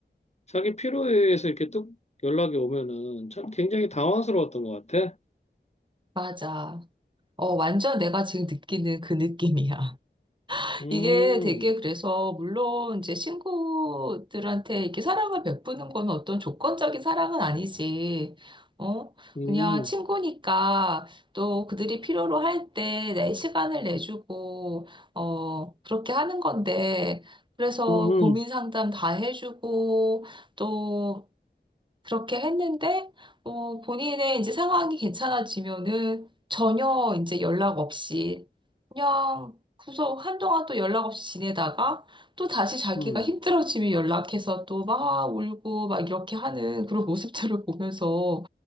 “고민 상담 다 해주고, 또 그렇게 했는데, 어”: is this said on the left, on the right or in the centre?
Right